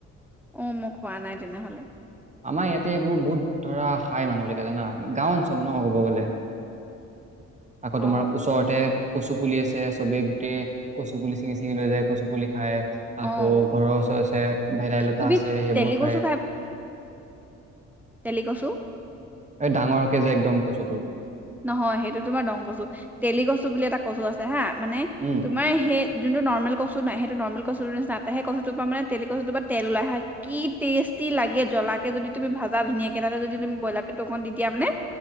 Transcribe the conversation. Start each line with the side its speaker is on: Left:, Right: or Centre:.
Centre: অ', মোক খোৱা নাই তেনেহ'লে।
Right: আমাৰ ইয়াতে এইবোৰ বহুত ধৰা খায় মানুহবিলাকে জানা গাওঁ অঞ্চল ন' ক'ব গ'লে। আকৌ
Centre: অ',
Right: তোমাৰ ওচৰতে কচু পুলি আছে চ'বেই গোটেই কচু পুলি ছিঙি, ছিঙি লৈ যায় কচু পুলি খায়।
Centre: অ',
Right: আকৌ ঘৰৰ ওচৰৰ আছে ভেদাইলতা
Centre: তুমি
Right: আছে সেইবোৰ
Centre: তেলি
Right: খায়।
Centre: কচু তেলী কচু।
Right: এ, ডাঙৰকে যে, একদম কচুটো।
Centre: নহয় সেইটো তোমাৰ দং কচু, তেলী কচু বুলি এটা কচু আছে হা মানে
Right: উম,
Centre: তো মানে সেই, যোনটো নৰ্মেল কচু নাই সেইটো, নৰ্মেল কচুটো নিচিনা, তে সেই কচুটো পৰা তেলী কচুটোৰ পৰা তেল ওলাই হায় কি টেষ্টি লাগে জ্বলাকে যদি, তুমি ভাজা ধুনীয়াকে তাতে যদি, তুমি ব্ৰইলাৰ পেটো অকণ দি দিয়া মানে।